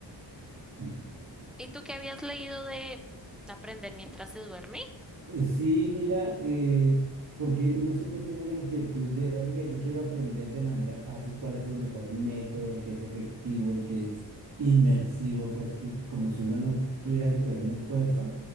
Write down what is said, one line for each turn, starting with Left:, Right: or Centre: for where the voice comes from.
Right: Mm.
Centre: ¿Y tú qué habías leído de aprender mientras se duerme?
Right: Sí, mira, eh, porque uno siempre tiene la inquietud de, oiga, yo quiero aprender de manera fácil cuál es el mejor método, el que es efectivo, el que es inmersivo, pues que como si uno no tuviera que tener un esfuerzo.